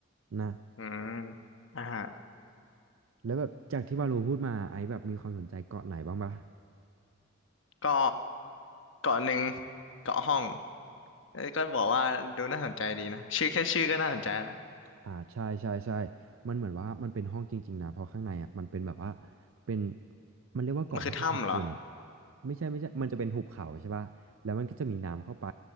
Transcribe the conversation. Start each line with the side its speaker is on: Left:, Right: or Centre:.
Right: นะ
Left: อืมอ่าฮะ
Right: แล้วแบบจากที่วาโลพูดมาไอซ์แบบมีความสนใจเกาะไหนบ้างปะ
Left: ก็เกาะหนึ่งเกาะห้องเอ้ยก็บอกว่าดูน่าสนใจดีนะชื่อแค่ชื่อก็น่าสนใจละ
Right: อ่าใช่ใช่ใช่มันเหมือนว่ามันเป็นห้องจริงๆนะเพราะข้างในอ่ะมันเป็นแบบว่าเป็นมันเรียกว่าเกาะห้องลาคูน
Left: มันคือถ้ำเหรอ
Right: ไม่ใช่ไม่ใช่มันจะเป็นหุบเขาใช่ป่ะแล้วมันก็จะมีน้ำเข้าไป